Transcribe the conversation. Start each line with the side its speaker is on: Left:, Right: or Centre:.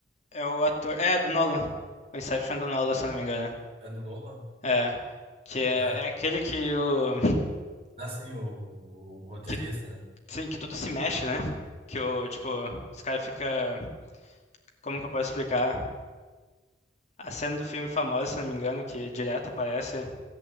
Left: é o ator. É, do Nolan. O Inception do Nolan, se eu não me engano.
Right: É no Nolan?
Left: É. Que é,
Right: É?
Left: é aquele que o.
Right: Assim, o, o roteirista,
Left: que
Right: né?
Left: Sim, que tudo se mexe, né? Que o, tipo, os caras fica, como que eu posso explicar? A cena do filme famosa, se não me engano, que direto aparece,